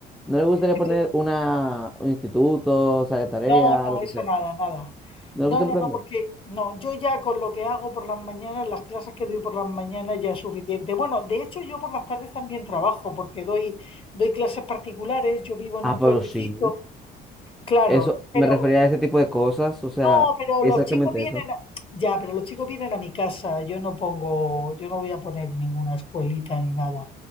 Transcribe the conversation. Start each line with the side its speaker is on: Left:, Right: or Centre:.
Centre: ¿No le gustaría
Left: Entonces,
Centre: poner una, un instituto, o sea, de tarea,
Left: no, no,
Centre: lo que
Left: eso
Centre: sea?
Left: nada, nada.
Centre: ¿No
Left: No,
Centre: le gusta
Left: no,
Centre: emprender?
Left: no, porque no, yo ya con lo que hago por las mañanas, las clases que doy por las mañanas ya es suficiente. Bueno, de hecho yo por las tardes también trabajo porque doy, doy clases particulares, yo vivo en
Centre: Ah,
Left: un
Centre: pero
Left: pueblecito,
Centre: sí.
Left: claro,
Centre: Eso,
Left: pero
Centre: me refería a ese tipo de cosas, o sea,
Left: No, pero
Centre: exactamente
Left: los chicos vienen,
Centre: eso.
Left: a- ya, pero los chicos vienen a mi casa. Yo no pongo, yo no voy a poner ninguna escuelita ni nada,